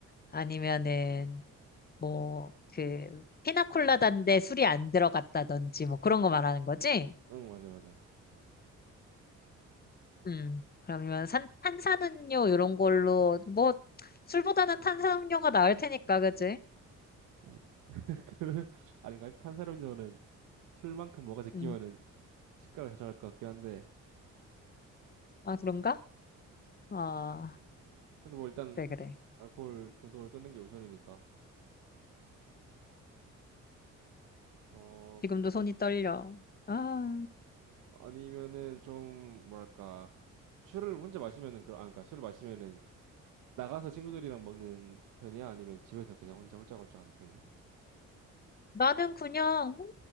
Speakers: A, on the left; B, on the right.
A: 아니면은 뭐 그 피나콜라다인데 술이 안 들어갔다든지 뭐 그런 거 말하는 거지?
B: 응 맞아 맞아.
A: 음. 그러면 산, 탄산음료 이런 걸로 뭐 술보다는 탄산음료가 나을 테니까 그지?
B: 뭐 <laughs> 그런 아닌가? 탄산음료는 술만큼 뭐가 제끼면은
A: 음.
B: 식감을 좌절할 것 같긴 한데
A: 아 그런가? 아
B: 그래도 뭐 일단
A: 그래 그래.
B: 알코올 중독을 끊는 게 우선이니까 어
A: 지금도
B: 그거
A: 손이 떨려. 아
B: 아니면은 좀 뭐랄까 술을 혼자 마시면은 그아 그러니까 술을 마시면은 나가서 친구들이랑 먹는 편이야? 아니면 집에서 그냥 혼자 홀짝홀짝 하는 편이야?
A: 나는 그냥 뭐